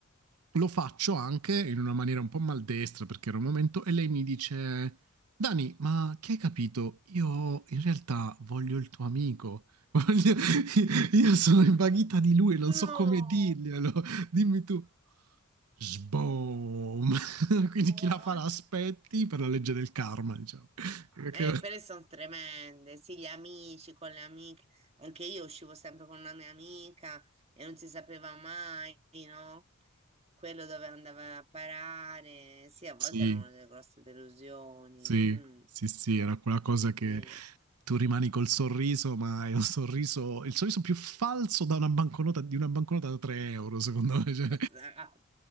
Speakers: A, on the right (about 85°); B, on the right (about 30°).
A: lo faccio anche in una maniera un po' maldestra perché era un momento e lei mi dice Dani, ma che hai capito? Io in realtà voglio il tuo amico. Voglio- <laughs> Io sono invaghita di lui, non
B: No,
A: so come dirglielo. Dimmi tu. Sboom! <laughs> Quindi
B: what?
A: chi la fa l'aspetti per la legge del karma, diciamo. <laughs> Perché-
B: Eh, quelle sono tremende. Sì, gli amici con le amiche. Anche io uscivo sempre con una mia amica e non si sapeva mai, no? Quello dove andava a parare. Sì, a volte
A: Sì,
B: erano delle grosse delusioni.
A: sì,
B: Mm,
A: sì, sì, era quella cosa
B: sì,
A: che tu rimani col sorriso, ma è un sorriso, il sorriso più falso da una banconota, di una banconota
B: <laughs>
A: da 3 euro, secondo me. Cioè,
B: esatto.